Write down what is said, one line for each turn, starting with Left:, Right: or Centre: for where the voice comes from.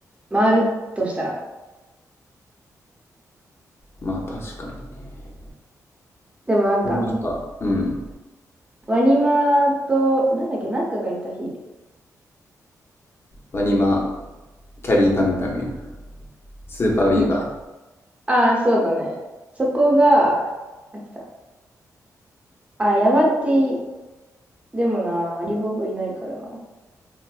Right: 回るとしたら。
Left: まあ確かにね。
Right: でもなんか、
Left: なんか、うん。
Right: ワニマと、なんだっけ、なんかがいた日。
Left: ワニマ、キャリーパミュパミュ、スーパービーバ
Right: <laughs> ああ、そうだね。そこが、あ、来た。あ、ヤバティ、でもな、アリボブいないからな。